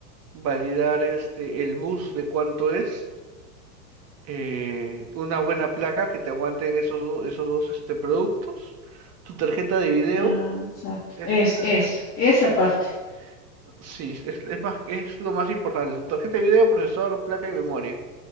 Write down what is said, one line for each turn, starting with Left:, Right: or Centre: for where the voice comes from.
Right: validar este el bus de cuánto es, eh, una buena placa que te aguanten esos, do- esos dos este, productos, tu tarjeta de video,
Left: Ah, exacto.
Right: es,
Left: Es,
Right: es-
Left: es,
Right: es-
Left: esa parte.
Right: es- sí, es, es más, es lo más importante, tu tarjeta de video, procesador, placa y memoria.